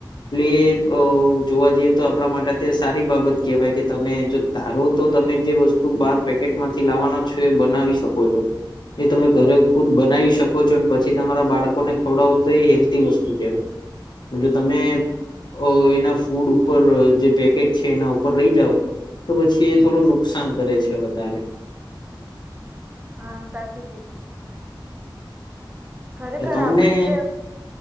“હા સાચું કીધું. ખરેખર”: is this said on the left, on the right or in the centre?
Right